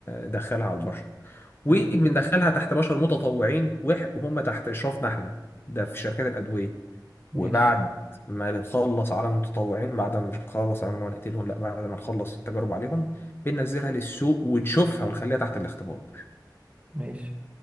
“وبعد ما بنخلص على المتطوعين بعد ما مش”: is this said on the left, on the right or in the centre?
Left